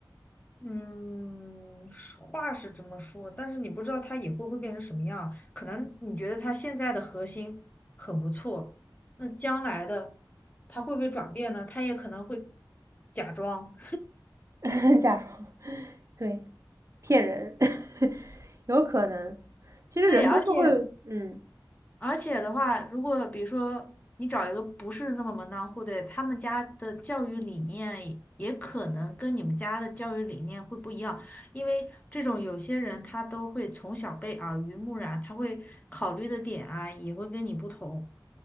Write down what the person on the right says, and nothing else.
<laughs> 假装对骗人。有可能，其实人都是会，
嗯，